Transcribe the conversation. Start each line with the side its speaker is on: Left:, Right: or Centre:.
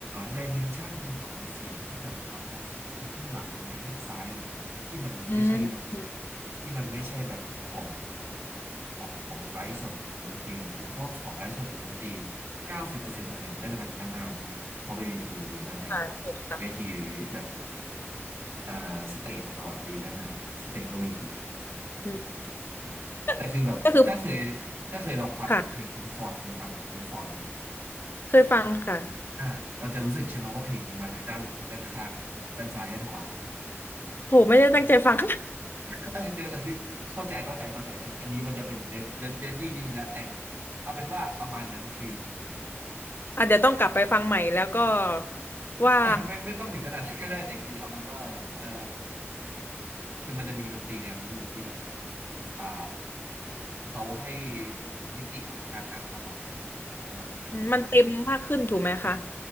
Right: ดิเมนชันของเสียงที่แบบมาจากทางข้างหลังหรือทางข้างซ้ายแบบที่มันไม่ใช่แบบ
Left: อืมอืม
Right: ที่มันไม่ใช่แบบของของของไลฟ์สดของดนตรีนะเพราะของไลฟ์สดของดนตรีเก้าสิบเปอร์เซ็นต์ส่วนใหญ่มันก็จะมาจากด้านหน้าถูกไหมเพราะเป็นเวทีจะอยู่ด้านหน้า
Left: ค่ะถูกค่ะ
Right: เวทีหรือแบบอ่าสเตจของเราอาจจะอยู่ด้านหน้าสเตจก็เวที
Left: อืมก็
Right: แต่คือแบบถ้าเคย
Left: ก็คือ
Right: ถ้าเคยลองฟังของเพลงพิงฟอยเคยฟังพิงฟอยไหม
Left: ค่ะเคยฟังค่ะ
Right: อ่ะเราจะรู้สึกใช่ไหมว่าเพลงมันมาจากด้านหลังด้านข้างด้านซ้ายด้านขวา
Left: โหไม่ได้ตั้งใจฟัง
Right: <laughs> เออเออเข้าใจเข้าใจเข้าใจอันนี้อันนี้มันจะเป็นเน้นเน้นเน้นที่นี่แหละแต่เอาเป็นว่าประมาณนั้นคือ
Left: อ่ะเดี๋ยวต้องกลับไปฟังใหม่แล้วก็
Right: <laughs>
Left: ว่า
Right: ไม่ไม่ไม่ต้องถึงขนาดนั้นก็ได้แต่คือเอาเป็นว่าเออคือมันจะมีดนตรีแนวนี้อยู่ที่แบบอ่าเขาให้มิติของการอัดมากกว่าแสดงสดอารมณ์ประมาณนั้น
Left: มันเต็มมากขึ้นถูกไหมคะ